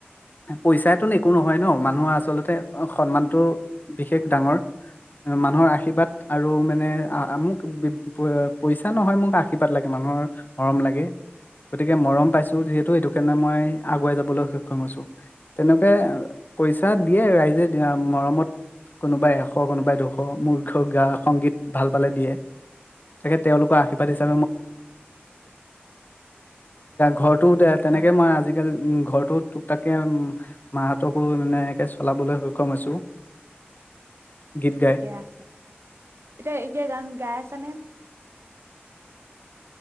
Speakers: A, on the left (about 50°); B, on the right (about 90°).
A: পইচাটো নে একো নহয় ন মানুহৰ আচলতে সন্মানতটো বিশেষ ডাঙৰ মানুহৰ আশীৰ্বাদ আৰু মানে মোক পইচা নহয় মোক আশীৰ বাদ লাগে, মানুহৰ মৰম লাগে। গতিকে মৰম পাইছো যিহেতু সেইটো কাৰণে মই আগুৱাই যাবলৈ সক্ষম হৈছোঁ। তেনেকে পইচা দিয়ে ৰাইজে দিয়া মৰমত কোনোবাই এশ কোনোবাই দুশ মোৰ গা সংগীত ভাল পালে দিয়ে তাকে তেওঁলোকৰ আশীৰ্বাদ দিছে ঘৰটো তেনেকে মই আজিকালি ঘৰটো ুপটাকে মাহঁতকো মানে একে চলাবলৈ সক্ষম হৈছো গীত গাই
B: ঠিকে আছে এতিয়া এতিয়া গান গাই আছে <unintelligible>